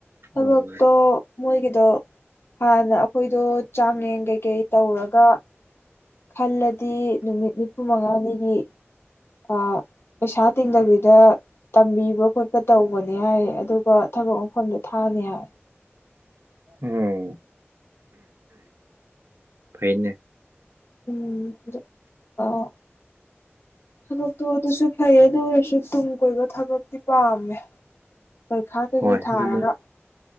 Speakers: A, on the left; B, on the right.
A: ꯊꯕꯛꯇꫭ
B: ꯑꯣ
A: ꯃꯣꯏꯒꯤꯗꯣ ꯍꯥꯟꯅ ꯑꯩꯈꯣꯏꯗꯣ ꯆꯥꯡꯌꯦꯡ ꯀꯩꯀꯩ ꯇꯧꯔꯒ ꯈꯜꯂꯗꯤ ꯅꯨꯃꯤꯠ ꯅꯤꯐꯨ ꯃꯉꯥꯅꯤꯒꯤ ꯑ ꯄꯩꯁꯥ ꯇꯤꯡꯗꯕꯤꯗ ꯇꯝꯕꯤꯕ ꯈꯣꯠꯄ ꯇꯧꯕꯅꯤ ꯍꯥꯏꯌꯦ ꯑꯗꯨꯒ ꯊꯕꯛ ꯃꯐꯝꯗꯣ ꯊꯥꯅꯤ ꯍꯥꯏ
B: ꯑꯣ ꯐꯥꯏꯅꯦ
A: ꯎꯝ ꯑ ꯊꯕꯛꯇꯣ ꯑꯗꯨꯁꯨ ꯐꯩꯌꯦ ꯑꯗꯨ ꯑꯣꯏꯔꯁꯨ ꯇꯨꯡ ꯀꯣꯏꯕ ꯊꯕꯛꯇꯤ ꯄꯥꯝꯃꯦ ꯄꯔꯤꯈꯥ ꯀꯩꯀꯩ
B: ꯍꯣꯏ
A: ꯊꯥꯔꯒ
B: ꯑꯗꯨꯅ